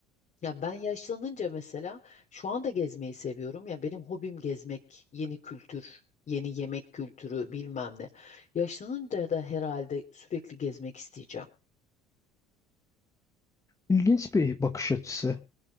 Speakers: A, on the left; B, on the left.
A: Ya ben yaşlanınca mesela şu anda gezmeyi seviyorum. Ya benim hobim gezmek, yeni kültür, yeni yemek kültürü bilmem ne. Yaşlanınca da herhalde sürekli gezmek isteyeceğim.
B: İlginç bir bakış açısı.